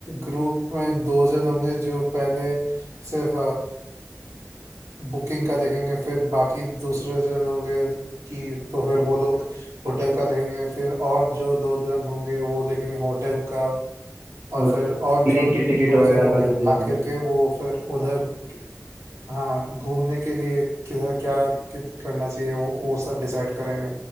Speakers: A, on the right; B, on the right.
A: ग्रुप में दो जन होंगे जो पहले सिर्फ बुकिंग का देखेंगे फिर बाकी दूसरे जन होंगे कि तो फिर वो लोग होटल का देखेंगे फिर और जो दो जन होंगे वो देखेंगे होटल का और
B: और
A: फिर और
B: प्लेन
A: जो
B: के टिकट
A: दो
B: वगैरह
A: जन होंगे
B: का जो देख
A: आखिर
B: लेंगे
A: के वो फिर उधर हाँ घूमने के लिए किधर क्या कित करना चाहिए वो वो सब डिसाइड करेंगे